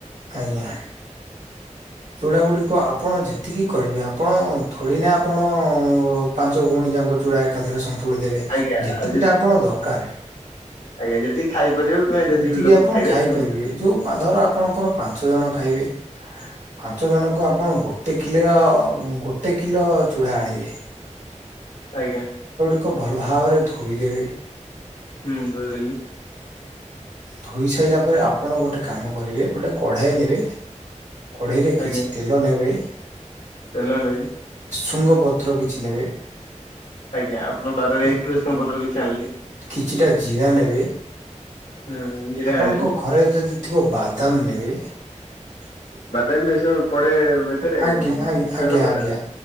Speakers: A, on the right (about 80°); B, on the left (about 75°).
A: ଆଜ୍ଞା। ଚୁଡା ଗୁଡିକ ଆପଣ ଯେତିକି କରିବେ ଆପଣ ଥୋଡିନା ଆପଣଅ ପାଞ୍ଚ ଗଉଣି ଯାକ ଚୁଡ଼ା ଏକାଥରେ ସନ୍ ତୁଳି ଦେବେ
B: ଆଜ୍ଞା
A: ଯେତିକି
B: ଆଉ
A: ଟା ଆପଣ ଦରକାରେ
B: ଆଜ୍ଞା ଯେତିକି ଖାଇପାରିବ କିମ୍ବା
A: ଯେତିକି
B: ଲୋକ
A: ଆପଣ
B: ଖାଇବେ
A: ଖାଇପାରିବେ
B: ସେ ଅନୁସାରେ
A: ଯୋଉ ପା ଧର ଆପଣଙ୍କର ପାଞ୍ଚ ଜଣ ଖାଇବେ। ପାଞ୍ଚ ଜଣଙ୍କୁ ଆପଣ ଗୋଟେ କିଲିୟ ଗୋଟେ କିଲୋ। ଚୁଡ଼ା ଆଣିଲେ।
B: ଆଜ୍ଞା।
A: <unintelligible> ଭଲ୍ ଭାବରେ ଧୋଇଦେବେ।
B: ହୁଁ ଧୋଇଦେଲି।
A: ଧୋଇ ସାରିଲା ପରେ ଆପଣ ଗୋଟେ କାମ କରିବେ ଗୋଟେ କଢାଇ ନେବେ କଡେଇରେ କିଛି
B: ଆଜ୍ଞା
A: ତେଲ ନେବେ।
B: ତେଲ ଦେବି।
A: ଶୃଙ୍ଗପତ୍ର କିଛି ନେବେ।
B: ଆଜ୍ଞା ଆପଣଙ୍କ ବାରରେ
A: କି-
B: ହେଇଚି ଭେଶୃଙ୍ଗ ପତ୍ର କିଛି ଆଣିଲି।
A: କିଛିଟା ଜିରା ନେବେ
B: ହୁଁ ଜିରା
A: ଆପଣଙ୍କ
B: ଆଣିଲି
A: ଘରେ ଯଦି ଥିବ ବାଦାମ ନେବେ। <unintelligible>
B: ବାଦାମ ବେଶୀ ପଡେ ଆଉ ଏଥେରେ ଚୁଡ଼ା
A: ଆଜ୍ଞା ଆଜ୍ଞା ଆଜ୍ଞା
B: ସନ୍ତୁଳାରେ
A: ଆଜ୍ଞା